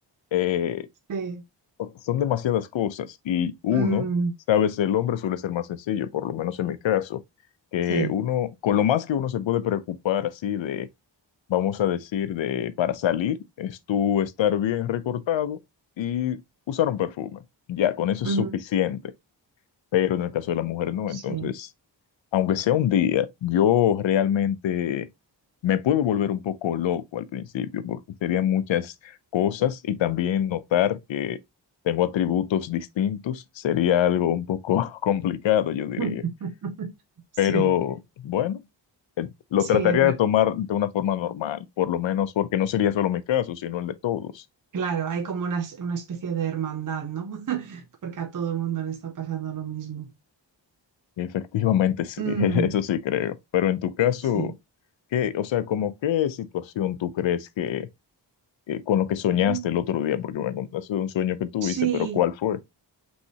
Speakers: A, on the left; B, on the right.
A: eh,
B: Sí,
A: o- son demasiadas cosas y uno,
B: mm,
A: sabes, el hombre suele ser más sencillo, por lo menos en mi caso, que
B: sí,
A: uno, con lo más que uno se puede preocupar así de, vamos a decir, de para salir, es tú estar bien recortado y usar un perfume. Ya, con eso
B: mm,
A: es suficiente, pero en el caso de la mujer no,
B: sí,
A: entonces aunque sea un día, yo realmente me puedo volver un poco loco al principio, porque serían muchas cosas y también notar que tengo atributos distintos sería algo un poco <laughs> complicado, yo diría.
B: <laughs> sí,
A: Pero bueno, eh, lo
B: sí,
A: trataría
B: yo creo-
A: de tomar de una forma normal, por lo menos porque no sería solo mi caso, sino el de todos.
B: claro, hay como una, es- una especie de hermandad, ¿no? <laughs> Porque a todo el mundo le está pasando lo mismo.
A: Y efectivamente sí,
B: Mm,
A: <laughs> eso sí creo. Pero en tu caso,
B: sí,
A: ¿qué, o sea, como qué situación tú crees que eh, con lo que soñaste
B: Mm,
A: el otro día, porque me contaste de un sueño que tuviste,
B: sí.
A: pero ¿cuál fue?